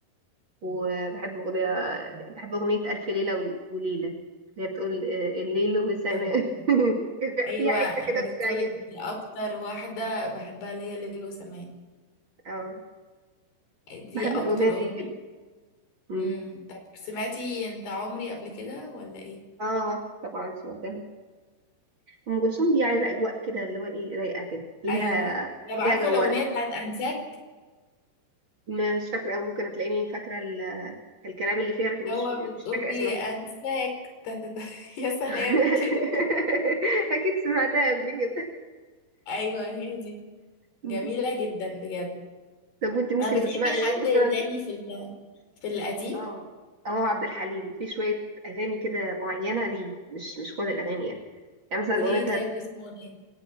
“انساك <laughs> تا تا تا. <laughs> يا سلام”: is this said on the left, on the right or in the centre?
Left